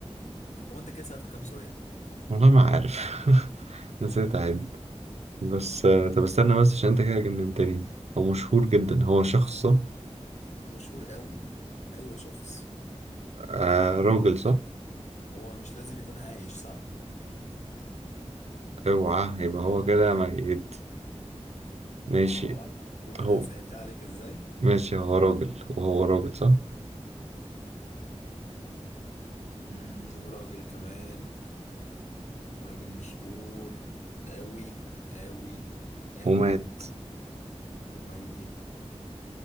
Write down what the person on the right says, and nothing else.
والله ما عارف <laughs> نسيت أعد بس آه، طب استنى بس عشان أنت كده جننتني هو مشهور جدا هو شخص صح
آه راجل صح
اوعى يبقى هو كده ميت ماشي
هو
ماشي هو راجل وهو راجل صح
ومات